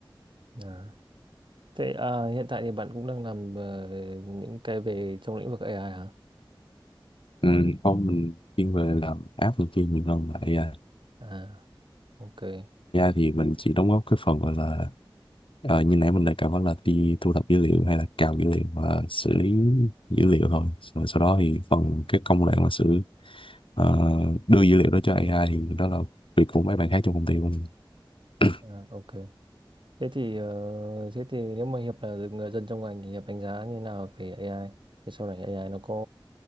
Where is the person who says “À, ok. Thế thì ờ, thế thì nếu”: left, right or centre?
Right